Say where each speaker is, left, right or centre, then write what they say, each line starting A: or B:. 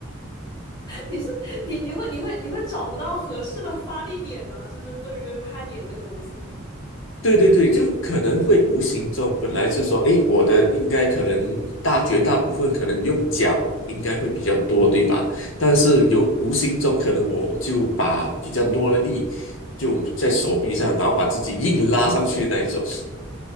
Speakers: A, on the left (about 20°); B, on the left (about 75°).
A: 你是你你会你会你会找不到合适的发力点吗？就是对于攀岩这个东西，<laughs>
B: 对对对，就可能会无形中，本来是说，诶，我的应该可能大绝大部分可能用脚应该会比较多，对吧？但是有无形中可能我就把比较多的力就在手臂上，然后把自己硬拉上去那一种。